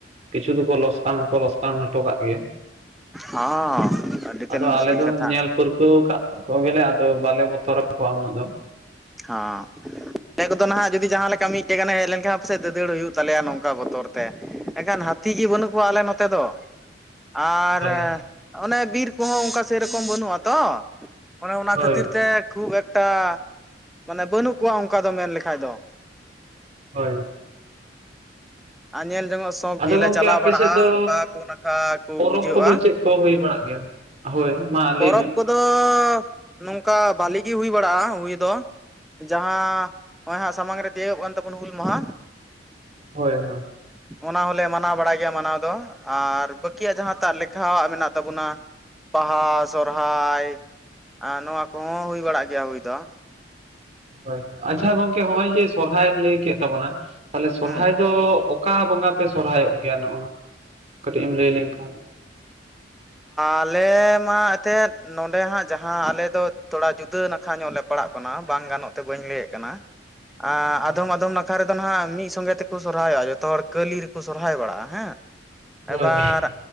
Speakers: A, on the right (about 40°); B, in the centre.
A: ᱠᱤᱪᱷᱩ ᱫᱚᱠᱚ ᱞᱚᱥ ᱠᱟᱱ ᱦᱚᱸᱠᱚ ᱞᱚᱥ ᱠᱟᱱ ᱦᱚᱴᱚ ᱠᱟᱜ ᱜᱮᱭᱟ
B: ᱦᱚᱸ ᱟᱹᱰᱤ ᱛᱮᱫ
A: ᱟᱫᱚ
B: ᱢᱩᱥᱠᱤᱞ
A: ᱟᱞᱮ ᱫᱚ
B: ᱠᱟᱛᱷᱟ
A: ᱧᱮᱞ ᱯᱟᱹᱨᱠᱟᱹᱣ ᱟᱠᱟᱫ ᱠᱚᱜᱮ ᱞᱮ ᱟᱫᱚ ᱵᱟᱞᱮ ᱵᱚᱛᱚᱨ ᱟᱠᱚᱣᱟ ᱩᱱᱟᱹᱜ ᱫᱚ ᱾
B: ᱦᱚᱸ ᱾ ᱟᱞᱮ ᱠᱚᱫᱚ ᱱᱟᱦᱟᱜ ᱡᱩᱫᱤ ᱡᱟᱦᱟᱸ ᱞᱮᱠᱟ ᱢᱤᱫᱴᱮᱡ ᱜᱟᱱᱮ ᱦᱮᱡ ᱞᱮᱱᱠᱷᱟᱱ ᱯᱟᱥᱮᱡ ᱫᱟᱹᱫᱟᱹᱲ ᱦᱩᱭᱩᱜ ᱛᱟᱞᱮᱭᱟ ᱱᱚᱝᱠᱟ ᱵᱚᱛᱚᱨ ᱛᱮ ᱾ ᱮᱠᱷᱟᱱ ᱦᱟᱹᱛᱤ ᱜᱮ ᱵᱟᱹᱱᱩᱜ ᱠᱚᱣᱟ ᱟᱞᱮ ᱱᱚᱛᱮ ᱫᱚ ᱾ ᱟᱨ
A: ᱦᱳᱭ
B: ᱚᱱᱮ ᱵᱤᱨ ᱠᱚᱦᱚᱸ ᱚᱱᱠᱟ ᱥᱮᱨᱚᱠᱚᱢ ᱵᱟᱹᱱᱩᱜᱼᱟ ᱛᱚ ᱾ ᱚᱱᱮ ᱚᱱᱟ
A: ᱦᱳᱭ
B: ᱠᱷᱟᱹᱛᱤᱨ ᱛᱮ ᱠᱷᱩᱵ ᱮᱠᱴᱟ ᱢᱟᱱᱮ ᱵᱟᱹᱱᱩᱜ ᱠᱚᱣᱟ ᱚᱱᱠᱟ ᱫᱚ ᱢᱮᱱ ᱞᱮᱠᱷᱟᱡ ᱫᱚ ᱾
A: ᱦᱳᱭ ᱾
B: ᱟᱨ ᱧᱮᱞ ᱡᱚᱝᱚᱜ ᱥᱚᱠ
A: ᱟᱫᱚ
B: ᱜᱮᱞᱮ
A: ᱜᱚᱢᱠᱮ
B: ᱪᱟᱞᱟᱣ
A: ᱟᱯᱮ
B: ᱵᱟᱲᱟᱜᱼᱟ
A: ᱥᱮᱫ ᱫᱚ
B: ᱚᱠᱟ ᱠᱚ ᱱᱟᱠᱷᱟ ᱠᱚ
A: ᱯᱚᱨᱚᱵᱽ
B: ᱵᱩᱡᱷᱟᱹᱜᱼᱟ
A: ᱠᱚᱫᱚ ᱪᱮᱫ ᱠᱚ ᱦᱩᱭ ᱵᱟᱲᱟᱜ ᱜᱮᱭᱟ? ᱦᱳᱭ ᱢᱟ ᱞᱟᱹᱭ
B: ᱯᱚᱨᱚᱵᱽ
A: ᱢᱮ
B: ᱠᱚᱫᱚ ᱱᱚᱝᱠᱟ ᱵᱷᱟᱹᱞᱤ ᱜᱮ ᱦᱩᱭ ᱵᱟᱲᱟᱜᱼᱟ ᱦᱩᱭ ᱫᱚ ᱾ ᱡᱟᱦᱟᱸ ᱱᱚᱜᱼᱚᱭ ᱦᱟᱸᱜ ᱥᱟᱢᱟᱝ ᱨᱮ ᱛᱤᱭᱳᱜᱚᱜ ᱠᱟᱱ ᱛᱟᱵᱚᱱ ᱦᱩᱞ ᱢᱟᱦᱟ ᱾
A: ᱦᱳᱭ ᱦᱳᱭ ᱾
B: ᱚᱱᱟ ᱦᱚᱸᱞᱮ ᱢᱟᱱᱟᱣ ᱵᱟᱲᱟᱭ ᱜᱮᱭᱟ ᱢᱟᱱᱟᱣ ᱫᱚ ᱾ ᱟᱨ ᱵᱟᱹᱠᱤᱭᱟᱜ ᱡᱟᱦᱟᱸᱴᱟᱜ ᱞᱮᱠᱷᱟᱣᱟᱜ ᱢᱮᱱᱟᱜ ᱛᱟᱵᱚᱱᱟ ᱵᱟᱦᱟ, ᱥᱚᱦᱨᱟᱭ ᱟᱸ ᱱᱚᱣᱟ ᱠᱚᱦᱚᱸ ᱦᱩᱭ ᱵᱟᱲᱟᱜ ᱜᱮᱭᱟ ᱦᱩᱭ ᱫᱚ ᱾
A: ᱦᱳᱭ ᱟᱪᱪᱷᱟ ᱜᱚᱝᱠᱮ ᱦᱚᱸᱜᱼᱚᱭ ᱡᱮ ᱥᱚᱨᱦᱟᱭᱢ ᱞᱟᱹᱭ ᱠᱮᱫ ᱛᱟᱵᱚᱱᱟ, ᱛᱟᱦᱚᱞᱮ ᱥᱚᱨᱦᱟᱭ
B: ᱦᱩᱸ
A: ᱫᱚ ᱚᱠᱟ ᱵᱚᱸᱜᱟ ᱯᱮ ᱥᱚᱨᱦᱟᱭᱚᱜ ᱜᱮᱭᱟ? ᱱᱚᱜᱼᱚᱱᱟ ᱠᱟᱹᱴᱤᱡ ᱮᱢ ᱞᱟᱹᱭ ᱞᱮᱱᱠᱷᱟᱱ ᱾
B: ᱟᱞᱮ ᱢᱟ ᱮᱛᱮᱫ ᱱᱚᱸᱰᱮ ᱦᱟᱸᱜ ᱡᱟᱦᱟᱸ ᱟᱞᱮ ᱫᱚ ᱛᱷᱚᱲᱟ ᱡᱩᱫᱟᱹ ᱱᱟᱠᱷᱟ ᱧᱚᱜ ᱞᱮ ᱯᱟᱲᱟᱜ ᱠᱟᱱᱟ ᱵᱟᱝ ᱜᱟᱱᱚᱜ ᱛᱮ ᱵᱟᱹᱧ ᱞᱟᱹᱭᱮᱫ ᱠᱟᱱᱟ ᱾ ᱟᱸ
A: ᱦᱳᱭ
B: ᱟᱫᱚᱢ ᱟᱫᱚᱢ ᱱᱟᱠᱷᱟ ᱨᱮᱫᱚ ᱱᱟᱦᱟᱜ ᱢᱤᱫ ᱥᱚᱸᱜᱮ ᱛᱮᱠᱚ ᱥᱚᱨᱚᱨᱟᱭᱚᱜᱼᱟ ᱡᱚᱛᱚ ᱦᱚᱲ ᱠᱟᱹᱞᱤ ᱨᱮᱠᱚ ᱥᱚᱨᱚᱨᱟᱭ ᱵᱟᱲᱟᱜᱼᱟ ᱦᱮᱸ,
A: ᱦᱳᱭ
B: ᱮᱵᱟᱨ